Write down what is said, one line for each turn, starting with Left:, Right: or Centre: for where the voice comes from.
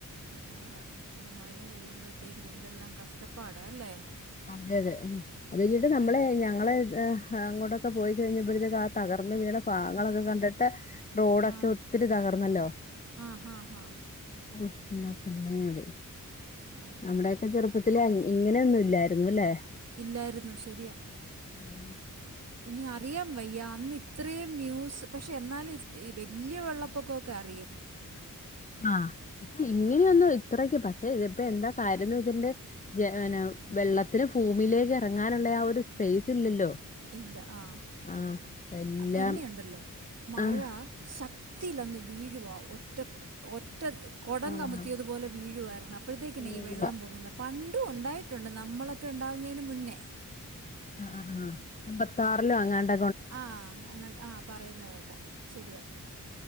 Right: നേര ഒരു മഴ കഴിയുമ്പോഴത്തേക്ക്ന് എന്തെല്ലാം കഷ്ടപ്പാട അല്ലേ?
Left: അതെ അതെ ഉം അത് കഴിഞ്ഞിട്ട് നമ്മള് ഞങ്ങളെ അങ്ങോട്ടൊക്കെ പോയി കഴിഞ്ഞപ്പോഴത്തേക്ക് ആഹ് തകർന്ന് വീണ പാഗങ്ങളൊക്കെ കണ്ടിട്ട് ഇപ്പ റോഡൊക്കെ
Right: ആഹ്
Left: ഒത്തിരി തകർന്നല്ലോ?
Right: ആഹ് ആഹ് ആഹ്
Left: ഒ ഇന്നാ പിന്നെ ഒര്
Right: ആഹ്
Left: നമ്മുടെയൊക്കെ ചെറുപ്പത്തില് ഇങ്ങനെയൊന്നും ഇല്ലായിരുന്നുല്ലെ.
Right: ഇല്ലായിരുന്നു ശെര്യാ
Left: ഉം
Right: ഇനി അറിയൊ വയ്യ അന്ന് ഇത്രീയും ന്യൂസ്. പക്ഷെ എന്നാലും വലിയ വെള്ളപ്പൊക്കൊക്കെ അറിയും
Left: ആഹ് ഇങ്ങനെ ഒന്ന് ഇത്രക്ക് പക്ഷെ ഇതിപ്പോ എന്താ കാര്യം എന്ന് വെച്ച്ണ്ട്‌ ചാഹന വെള്ളത്തിന് ഭൂമിയിലേക്ക് എറങ്ങാനുള്ള ആഹ് ഒരു സ്പേയ്സ് ഇല്ലല്ലോ?
Right: ഇല്ല ആഹ്
Left: ആഹ് എല്ലാം
Right: പിന്നെ ഉണ്ടല്ലോ മഴ
Left: ആഹ്
Right: ശക് ത്തില്ലങ്ങ് വീഴുവാ. ഒറ്റക് ഒറ്റ കൊടംകമത്തിയതുപോലെ
Left: ആഹ്
Right: വീഴുവായിര്ന്നു. അപ്പോഴത്തേക്കെന്നെ
Left: വീഴുവ
Right: ഈ വെള്ളം പൊങ്ങുന്നത്. പണ്ടും ഉണ്ടായിട്ടുണ്ട് നമ്മളൊക്കെ ഉണ്ടാവുന്നയ്ന് മുന്നെ.
Left: ആഹ് ആഹ് എൺമ്പത്താറിലോ അങ്ങാണ്ട
Right: ആഹ് അങ്ങ ആഹ് പറയുന്നത് കേൾക്കാം ശെരിയാ